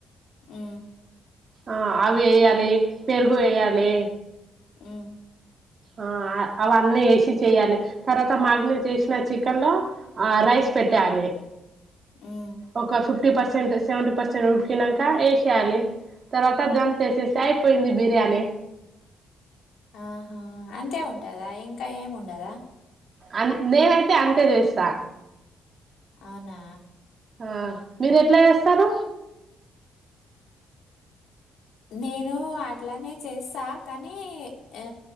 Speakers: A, on the left; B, on the right.
A: మ్
B: ఆ అవి వేయాలి పెరుగు వేయాలి
A: మ్మ్
B: ఆ ఆ అవన్నీ వేసి చేయ్యాలి తర్వాత మాగనెట్ చేసిన చికెన్ లో ఆ రైస్ పెట్టాలి
A: ఉమ్.
B: ఒక చు ఫిఫ్టీ పర్సెంట్ సెవెంటీ పర్సెంట్ ఉడికినాంక వేసేయాలి తర్వాత దమ్ చేసేసి అయిపోయింది బిర్యానీ
A: ఆహా అంతే ఉంటదా ఇంకా ఏముం గదా
B: అన్ నేనైతే అంతే చేస్తా
A: అవునా
B: ఆ మీరు ఎట్లా చేస్తారు
A: నేను అట్లానే చేస్తా కానీ ఆ